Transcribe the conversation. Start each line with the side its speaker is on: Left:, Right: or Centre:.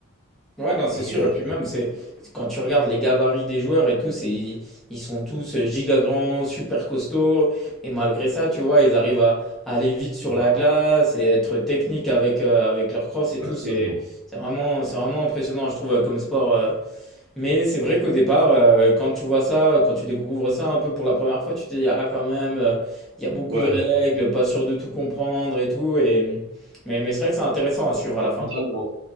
Centre: Ouais, non, c'est
Right: et
Centre: sûr. Et puis même, c'est quand tu regardes les gabarits des joueurs et tout, c'est ils ils sont tous euh, giga grands, super costauds. Et malgré ça, tu vois, ils arrivent à, à aller vite sur
Right: heu
Centre: la glace et être techniques avec, euh, avec leur crosse et
Right: Exactement,
Centre: tout. C'est c'est vraiment, c'est vraiment impressionnant, je trouve, euh, comme sport. euh. Mais c'est vrai qu'au départ, euh, quand tu vois ça, quand tu découvres ça un peu pour la première fois, tu te dis, ah, quand même, euh, il y a beaucoup
Right: ouais,
Centre: de règles, pas sûr de tout comprendre et tout. Et... Mais, mais c'est vrai que c'est intéressant à suivre à la fin.
Right: totalement,